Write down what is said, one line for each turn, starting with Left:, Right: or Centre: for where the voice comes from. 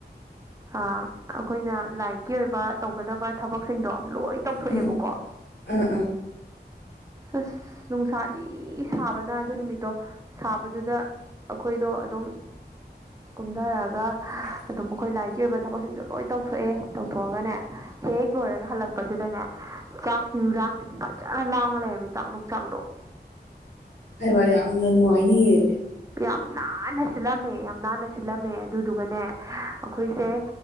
Right: ꯑꯩꯈꯣꯏꯅ ꯂꯥꯏꯔꯤꯛꯀꯤ ꯑꯣꯏꯕ ꯇꯧꯒꯗꯕ ꯊꯕꯛꯁꯤꯡꯗꯣ ꯂꯣꯏ ꯇꯧꯊꯣꯛꯑꯦꯕꯀꯣ
Left: ꯎꯝ ꯑꯥ ꯑꯥ
Right: ꯑꯁ ꯅꯨꯡꯁꯥꯗꯤ ꯁꯥꯕꯅ ꯑꯗꯨ ꯅꯨꯃꯤꯠꯇꯣ ꯁꯥꯕꯗꯨꯗ ꯑꯩꯈꯣꯏꯗꯣ ꯑꯗꯨꯝ ꯀꯨꯝꯊꯔꯛꯑꯒ
Left: ꯎ
Right: ꯑꯗꯨꯝ ꯃꯈꯣꯏ ꯂꯥꯏꯔꯤꯛꯀꯤ ꯑꯣꯏꯕ ꯊꯕꯛꯁꯤꯡꯁꯨ ꯂꯣꯏ ꯇꯧꯊꯣꯛꯑꯦ ꯇꯧꯊꯣꯛꯑꯒꯅꯦ ꯍꯦꯛ ꯂꯣꯏꯔꯒ ꯍꯜꯂꯛꯄꯁꯤꯗꯅꯦ ꯆꯥꯛꯁꯤꯡꯖꯥꯡꯁꯤꯡ ꯐꯖꯅ ꯂꯥꯡꯉ ꯂꯩꯔꯝꯃꯦ ꯆꯥꯗꯣꯛ ꯆꯥꯗꯣꯛ
Left: ꯍꯥꯏꯕ ꯌꯥꯝꯅ ꯅꯨꯡꯉꯥꯏꯔꯤꯌꯦ
Right: ꯌꯥꯝ ꯅꯥꯟꯅ ꯁꯤꯠꯂꯝꯃꯦ ꯌꯥꯝ ꯅꯥꯟꯅ ꯁꯤꯠꯂꯝꯃꯦ ꯑꯗꯨꯗꯨꯒꯅꯦ ꯑꯩꯈꯣꯏꯁꯦ